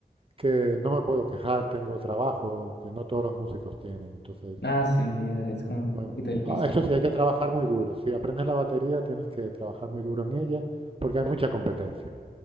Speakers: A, on the right (about 35°); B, on the left (about 85°).
A: que no me puedo quejar, tengo trabajo que no todos los músicos tienen. Entonces,
B: Ah, sí, sí, dale, es como un
A: bueno,
B: poquito difícil.
A: ah, eso
B: ¿no?
A: sí, hay que trabajar muy duro. Si aprendes la batería, tienes que trabajar muy duro en ella porque hay mucha competencia.